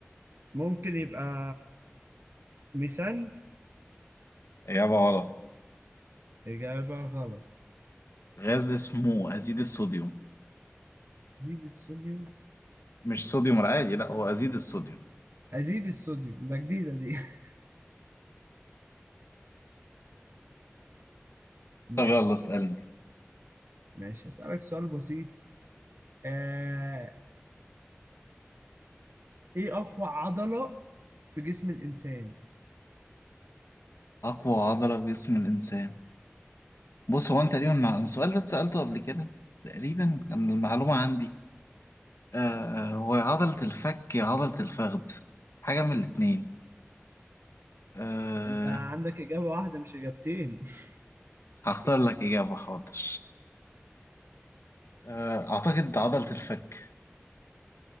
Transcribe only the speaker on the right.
ممكن يبقى ميثان
اجابه غلط
ازيد الصوديوم
ازيد الصوديوم ده جديده دي <laughs> ماشي
ماشي هسألك سؤال بسيط آه... ايه اقوى عضله في جسم الانسان
انت عندك اجابه واحده مش اجابتين <laughs>